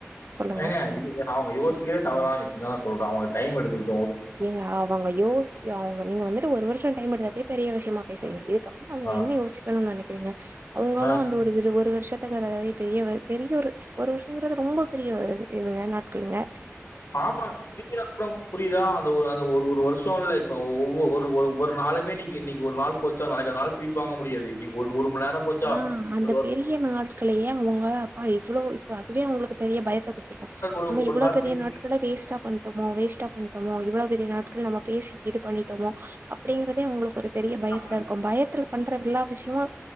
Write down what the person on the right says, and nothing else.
சொல்லுங்க
ஏங்க அவங்க யோசிஅவங்க நீங்க வந்துட்டு ஒரு வருஷோ டைம் எடுத்தட்டே பெரிய விஷயமா பேசறீங்க க அவங்க
என்ன யோசிக்கணுனு நெனக்கிறீங்க அவுங்களு
அந்த ஒரு விரு ஒரு வருஷ வித்தகதர ஆயி பெரியவரு பெரிய ஒரு ஒரு வருஷன்றது ரொம்ப பெரிய ஒரு இதுங்க நாட்கள்ங்க
ஆஹ் அந்த
பெரிய நாட்களையே அவங்க அப்பா எவ்ளோ இப்ப அதுவே அவங்களுக்கு பெரிய பயத்த குடுத்திருக்
ஆமா
இவ்ளோ
பெரிய
நாட் குள்ள வேஸ்ட்டா பண்டமோ வேஸ்ட்டா பண்டமோ இவ்ளோ பெரிய நாட்கள் நம்ம பேசி இது பண்ணிட்டமோ அப்டிங்ற தே ஒங்களுக்கு ஒரு பெரிய பயத்துல
இருக்கு பயத்துல பண்ற எல்லா விஷயமு